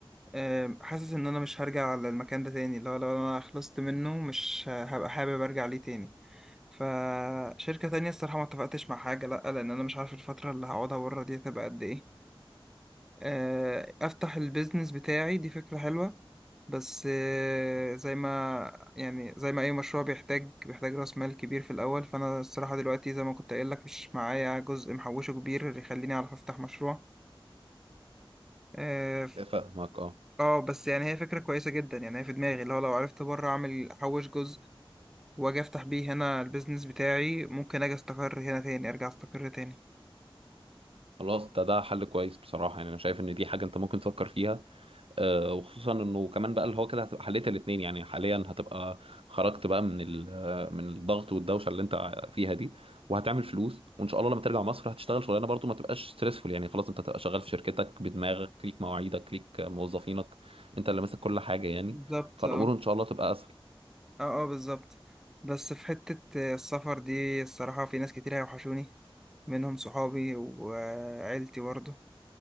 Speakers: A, in the centre; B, on the right (about 80°).
A: آه، حاسس ان انا مش هرجع على المكان ده تاني لو لو انا خلصت منه مش ه- هبقى حابب ارجع ليه تاني فشركة تانية الصراحة ما اتفقتش مع حاجة لا لان انا مش عارف الفترة اللي هقعدها بره دي هتبقى قد ايه آه، افتح البيزنس بتاعي دي فكرة حلوة بس آه، زي ما يعني زي ما اي مشروع بيحتاج بيحتاج راس مال كبير في الاول فانا الصراحه دلوقتي زي ما كنت قايل لك مش معايا جزء محوشه كبير اللي يخليني اعرف افتح مشروع اه ف-
B: فاهمك اه فاهمك اه
A: آه، بس يعني هي فكره كويسه جدا يعني هي في دماغي اللي هو لو عرفت بره اعمل احوش جزء واجي افتح بيه هنا البيزنس بتاعي ممكن اجي استقر هنا تاني ارجع استقر تاني
B: خلاص ده ده حل كويس بصراحة يعني انا شايف ان دي حاجة انت ممكن تفكر فيها آه، وخصوصا انه كمان بقى اللي هو كده هتبقى حليت الاثنين يعني حاليا هتبقى خرجت بقى من ال- آه، من الضغط والدوشه اللي انت فيها دي وهتعمل فلوس وان شاء الله لما ترجع مصر هتشتغل شغلانه برضو ما تبقاش ستريسفول يعني خلاص انت هتبقى شغال في شركتك بدماغك ليك مواعيدك ليك موظفينك انت اللي ماسك كل حاجه يعني
A: بالظبط
B: فالامور
A: اه
B: ان شاء الله تبقى اسهل
A: اه اه بالظبط بس في حتة آه، السفر دي الصراحة في ناس كتير هيوحشوني منهم صحابي وعيلتي برضه